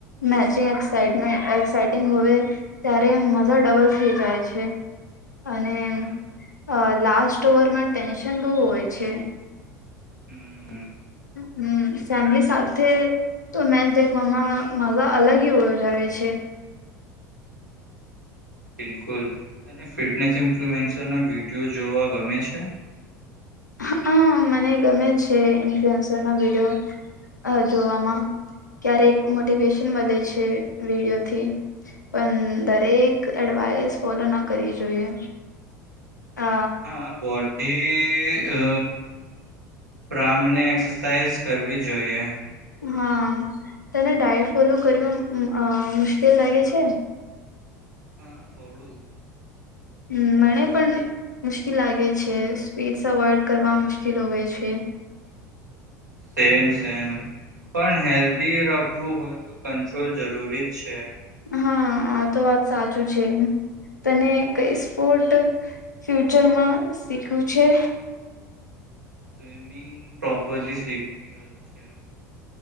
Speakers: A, on the left; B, on the right.
A: મેચે એક્સાયટમે એક્સાાઈટિંગ હોવે, ત્યારે મઝા ડબલ થઈ જાય છે અને
B: હા
A: અ લાસ્ ટ ઓવરમાં ટેન્શન બોવ હોય છે.
B: હમ
A: હમ્મ, ફેમિલી સાથે તો મેચ દેખવામાં મઝા અલગ હી હોજ આવે છે.
B: બિલકુલ. તને ફિટનેસ ઇન્ફ્લુએન્સરના વિડીયો જોવા ગમે છે?
A: હ અ મને ગમે છે ઇન્ફ્લુએન્સરના વિડીયો અ જોવામાં. ક્યારેક મોટિવેશન મલે છે વિડીયોથી. પન દરેક એડવાઈસ ફોલો ના કરવી જોઈએ. અ
B: હા, બોડી અ પ્રામને એક્સરસાઈઝ કરવી જોએ.
A: હા, તને ડાયટ ફોલો કરવા અમ્મ અ મુશ્કેલ લાગે છે?
B: હા, થોડું.
A: અં મને પણ મુશ્કીલ લાગે છે. સ્વીટ્સ અવોઈડ કરવા મુશ્કીલ હોવે છે.
B: સેમ, સેમ, પણ હેલ્ધી રાખવું હોય તો કંટ્રોલ જરૂરી છે.
A: હા, આ તો વાત સાચું છે. તને કઈ સ્પોર્ટ ફ્યુચરમાં શીખવું છે.
B: સ્વિમિંગ પ્રોપરલી શીખ વી અ છે.